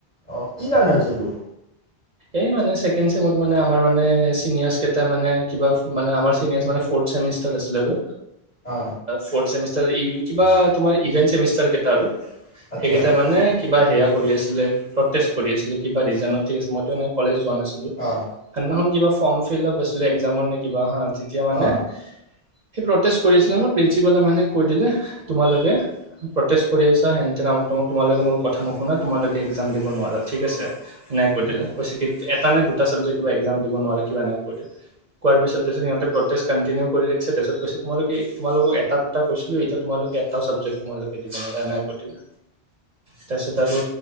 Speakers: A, on the left; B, on the right.
A: অ কি কাৰণে হৈছ তোৰ?
B: এই মানে ছেকেণ্ড ছেমত মানে আমাৰ মানে সেনীয়ৰ্চ কেটাই মানে কিবা মানে আমাৰ সেনিয়ৰ মানে ফৌৰ ছেমিষ্টাৰ আছিলে আৰু।
A: অ
B: ফৌৰ্থ ছেমিষ্টাৰ কিবা তোমাৰ ইভেন্ট চেমিষ্টাৰ কেইটা আৰু
A: আচ্ছা
B: সেইিকেইট মানে? কিবা সেয়া কৰি আছিলে প্ৰটেষ্ট কৰি আছিলে কিবা ৰিজনত ঠিক আছে মই নাই কলেজ যোৱা নাই? চিলো
A: অ
B: সেইদিনাখন কিবা ফৰ্ম ফিলাপ আছিল এক্সামৰ নে কিবা হ? যেতিয়া মানে?
A: অ
B: সি প্ৰতেষ্ট কৰি আছিলে ন প্ৰিন্সিপাল মানে কৈ দিলে তোমালোকে প্ৰতেষ্ট কৰি আছা হেন তেন তোমালোকে মোৰ কথা নুশুনা তোমালোক এক্সাম দিব নোৱাৰা ঠিক আছে। নাই ক
A: উম
B: দিলা? এটা নে দুটা চাবজেক্ট কিবা এক্সাম দিব নোৱাৰা কিবা এনেক কৰি দিল কোৱাৰ পিছত তাৰপিত সিহঁতে প্ৰটেষ্ট কণ্টিনিও কৰি ৰাখিছে তাৰিছত কৈছে তোমেলোকে তোমালোকক এটা দুটা কৈছিলো এতিয়া তোমালোকে এটাও ছাবজেক্ট তোমালোকে দিব নোৱাৰা এনেকৈ কৰি দিলা তাৰপিছত আৰু